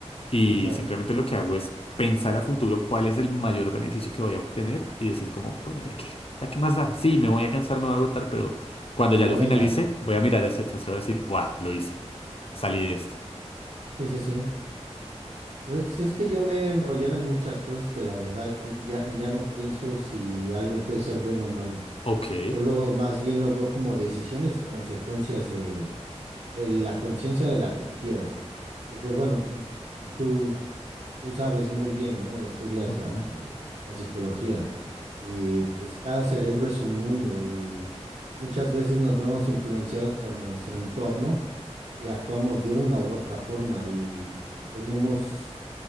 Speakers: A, on the left; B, on the right.
A: Y
B: Sí, claro.
A: simplemente lo que hago es pensar a futuro cuál es el mayor beneficio que voy a obtener y decir como, bueno, ya qué, ya qué más da. Sí, me voy a cansar, me voy a agotar, pero cuando
B: Pero
A: ya lo
B: venga,
A: finalice, voy a mirar hacia atrás y voy a decir, buah, lo hice, salí de esto.
B: sí, sí, sí. Pues es que yo me he enrollado en muchas cosas que la verdad y- ya, ya no pienso si algo puede ser bueno o malo.
A: Ok.
B: Solo más bien lo veo como decisiones y consecuencias de, de la conciencia de la que tú quieras. Porque bueno, tú, tú sabes muy bien, ¿no? Estudias
A: ujú.
B: la, la- la psicología y pues cada cerebro es un mundo y muchas veces nos vemos influenciados por nuestro entorno y actuamos de una u otra forma y tenemos